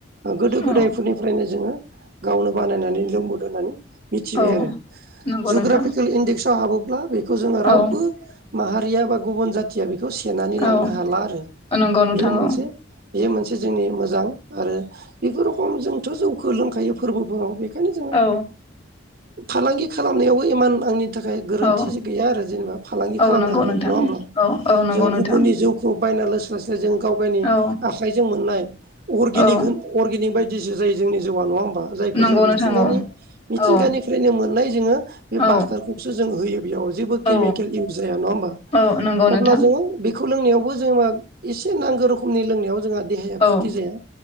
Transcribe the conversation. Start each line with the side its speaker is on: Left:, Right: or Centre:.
Right: गोदो गोदायफोरनिफ्रायनो
Left: औ
Right: जोङो गावनो बानायनानै लोंबोदों होननानै मिथिबाय
Left: औ
Right: आरो
Left: नंगौ
Right: जग्राफिकेल
Left: नोंथां
Right: इडेक्स हाबोब्ला बेखौ जोङो रावबो
Left: औ
Right: माहारिया बा गुबुन जाथिया बे खौ सेनानै
Left: औ
Right: लांनो हाला आरो
Left: नंगौ नोंथां
Right: बेयो मोनसे
Left: औ
Right: बेयो मोनसे जोंनि मोजां आरो बेफोर रखम जोंथ' जौखौ लोंखायो फोरबोफोराव बे खायनो जोङो
Left: औ
Right: फालांगि खालामनायावबो इमान आंनि थाखाय गोरोन्थि
Left: औ
Right: गैया आरो जेनेबा फालांगि
Left: औ
Right: खालामनो
Left: नंगौ
Right: हागोन
Left: नोंथां
Right: नङा होमब्ला
Left: औ औ नंगौ
Right: जों
Left: नोंथां
Right: गुबुननि जौखौ बायना लोंस्लाय स्लाय जों गाव गावनि
Left: औ
Right: आखाइजों मोननाय अरगेनिक
Left: औ
Right: होन अर्गेनिक बाय जि जुजाय जोंनि जौआ नङा होमबा जायखौ
Left: नंगौ
Right: जों मिथिंगानि
Left: नोंथां औ
Right: मिथिंगानिफ्रायनो
Left: औ
Right: मोननाय जोङो बे
Left: औ
Right: बाखोरखौसो जों होयो बेयाव जेबो
Left: औ
Right: केमिकेल इउस जाया नङा होमबा
Left: औ नंगौ नोंथां
Right: अब्ला जोङो बेखौ लोंनायावबो जोङा एसे नांगौ रोखोमनि लोंनायाव जोंहा देहाया खुथि
Left: औ
Right: जाया